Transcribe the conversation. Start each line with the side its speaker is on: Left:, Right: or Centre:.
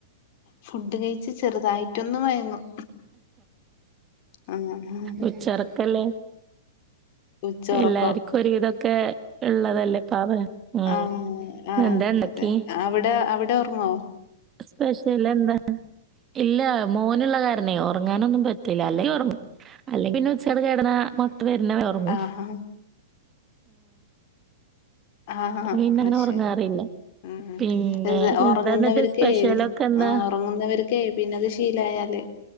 Left: ഫുഡ് കഴിച്ച് ചെറുതായിട്ടൊന്ന് മയങ്ങും ആഹ്
Right: ഉച്ചൊറക്കല്ലേ
Left: ഉച്ചൊറക്കം
Right: എല്ലാര്ക്കു ഒരുവിധൊക്കെ ഇള്ളതല്ലേ പാവേ ഉം.
Left: ആഹ് ആഹ്
Right: എന്താ ഇണ്ടാക്കി?
Left: അതെ അതെ അവിടെ അവിടെ ഒറങ്ങോ
Right: സ്പെഷ്യലെന്താണ് ഇല്ല മോന്ള്ള കാരണേ ഒറങ്ങാനൊന്നും പറ്റില്ല അല്ലെങ്കി ഒറങ്ങും അല്ലെങ്കി പിന്നെ ഉച്ചയോടെ കെടന്നാ മത്ത് വര്ണ വരെ ഒറങ്ങും
Left: ആഹ് ആഹഹാ
Right: പിന്നങ്ങനെ
Left: ആ ശരി
Right: ഉറങ്ങാറില്ല.
Left: ഉം
Right: പിന്നെ
Left: എന്ന് ഒറങ്ങുന്നവര്ക്കേ
Right: എന്താ എന്നിട്ട് സ്പെഷ്യലൊക്കെ എന്താ?
Left: ആഹ് ഒറങ്ങുന്നവര്ക്കേ പിന്നത് ശീലായാല്